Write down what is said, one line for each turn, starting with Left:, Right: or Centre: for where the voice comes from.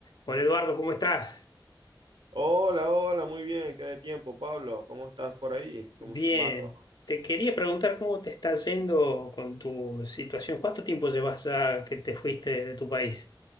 Left: Hola Eduardo, ¿cómo estás?
Right: Hola, hola, muy bien, qué de tiempo, Pablo. ¿Cómo estás por ahí? ¿Cómo
Left: Bien,
Right: est- va todo?
Left: te quería preguntar cómo te está yendo con tu situación. ¿Cuánto tiempo llevas ya que te fuiste de tu país?